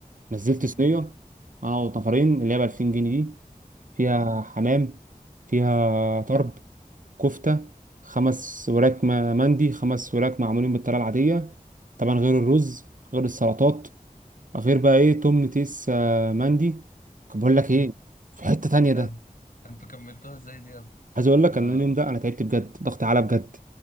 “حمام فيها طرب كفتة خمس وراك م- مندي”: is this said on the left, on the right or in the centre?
Right